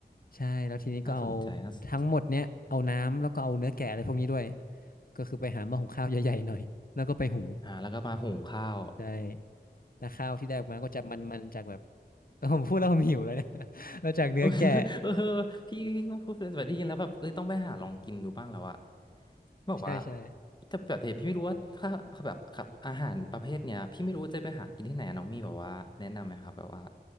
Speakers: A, on the left; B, on the left.
A: ใช่แล้วทีนี้ก็เอา
B: น่าสนใจน่าสนใจ
A: ทั้งหมดเนี้ยเอาน้ำแล้วก็เอาเนื้อแกะอะไรพวกนี้ด้วยก็คือไปหาหม้อหุงข้าวใหญ่ๆหน่อยแล้วก็ไปหุง
B: อ่าแล้วก็มาหุงข้าว
A: ใช่แต่ข้าวที่ได้ออกมาก็จะมันๆจากแบบ เออผมพูดแล้วผมหิวเลยเนี่ย <laughs> มาจากเนื้อแกะ
B: เออเออพี่พี่ก็พูดแบบได้ยินแล้วแบบเออต้องไปหาลองกินดูบ้างแล้วอะบอกว่า
A: ใช่ใช่
B: แต่แบบแต่พี่ไม่รู้ว่าถ้าแบบกับอาหารประเภทเนี้ยพี่ไม่รู้ว่าจะไปหากินที่ไหนอะน้องมีแบบว่าแนะนำไหมครับแบบว่า